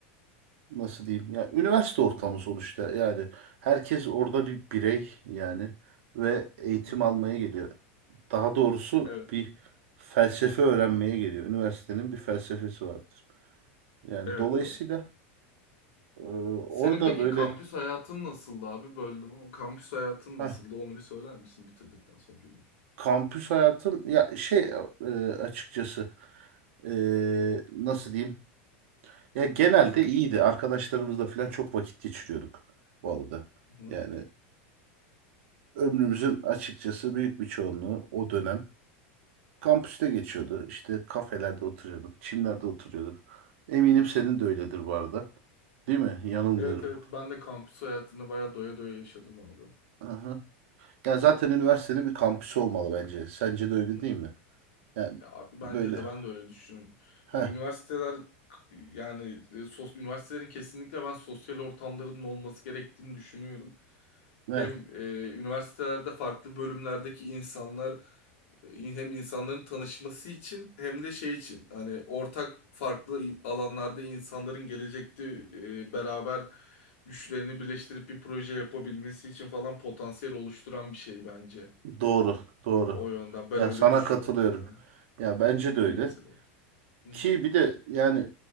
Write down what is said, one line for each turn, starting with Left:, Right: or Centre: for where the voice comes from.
Right: nasıl diyeyim ya üniversite ortamı sonuçta yani herkes orada
Left: Hı hı.
Right: bir birey yani ve eğitim
Left: hı hı.
Right: almaya geliyor. Daha doğrusu
Left: Evet.
Right: bir felsefe öğrenmeye geliyor. Üniversitenin bir felsefesi vardır. Yani
Left: Evet
Right: dolayısıyla
Left: abi.
Right: eee, orada
Left: Senin peki
Right: böyle
Left: kampüs hayatın nasıldı abi? Böldüm ama kampüs hayatın nasıldı?
Right: heh,
Left: Onu bir söyler misin bitirdikten sonra cümle?
Right: kampüs hayatım ya şey eee, açıkçası eee, nasıl diyeyim Ya genelde iyiydi. Arkadaşlarımızla falan çok vakit geçiriyorduk bu arada.
Left: Hı hı.
Right: Yani ömrümüzün açıkçası büyük bir çoğunluğu o dönem kampüste geçiyordu. İşte kafelerde oturuyorduk, çimlerde oturuyorduk. Eminim senin de öyledir bu arada. Değil mi? Yanılmıyorum.
Left: Evet evet ben de kampüs hayatını bayağı doya doya yaşadım abi.
Right: Aha. Ya zaten üniversitenin bir kampüsü olmalı bence. Sence de öyle
Left: Hı
Right: değil
Left: hı.
Right: mi? Yani
Left: Ya abi bence
Right: böyle.
Left: de ben de öyle düşünüyorum.
Right: Heh,
Left: Ya üniversiteler yani e, sos, üniversitelerin kesinlikle ben sosyal ortamlarının olması gerektiğini düşünüyorum.
Right: evet.
Left: Hem e, üniversitelerde farklı bölümlerdeki insanlar e, hem insanların tanışması için hem de şey için hani ortak farklı i- alanlarda insanların gelecekte e, beraber güçlerini birleştirip bir proje yapabilmesi için falan potansiyel oluşturan bir şey bence.
Right: Doğru, doğru.
Left: O yönden ben
Right: Ya
Left: öyle
Right: sana
Left: düşünüyorum
Right: katılıyorum.
Left: yani.
Right: Ya bence
Left: Bilimsel
Right: de öyle.
Left: olarak. Hı
Right: Ki
Left: hı.
Right: bir de yani